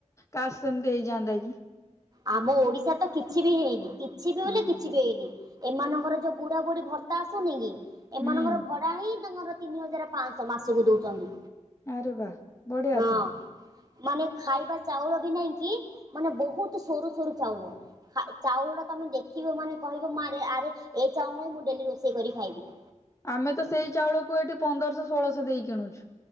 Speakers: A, on the left (about 25°); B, on the right (about 30°).
A: କାଶ ସେମତି ହେଇଯାଆନ୍ତା କି।
B: ଆମ ଓଡିଶାରେ ତ କିଛି ବି ହେଇନି କିଛି ବି ବଲେ
A: ହଁ
B: କିଛି ବି ହେଇନି। ଏମାନଙ୍କର ଯୋଉ ବୁଢା ବୁଢୀ ଭର୍ତ୍ତା ଆସୁନି କି ଏମାନଙ୍କର
A: ହୁଁ।
B: ଭଡା ହିଁ ତାଙ୍କର ତିନି ହଜାର ପାଞ୍ଚଶହ ମାସକୁ ଦଉଛନ୍ତି।
A: ଆରେ ବା ବଢିଆ
B: ହଁ
A: ତ
B: ମାନେ ଖାଇବା ଚାଉଳ ବି ନାଇଁ କି ମାନେ ବହୁତ ସରୁ ସରୁ ଚାଉଳ। ଚାଉଳ ଟା ତମେ ଦେଖିବ ମାନେ କହିବ ଆରେ ଏଇ ଚାଉଳ ମୁଁ ଡେଲି ରୋଷେଇ କରି କି ଖାଇବି।
A: ଆମେ ତ ସେଇ ଚାଉଳକୁ ଏଠି ପନ୍ଦରଶହ ଷୋହଳଶହ ଦେଇ କିଣୁଛୁ।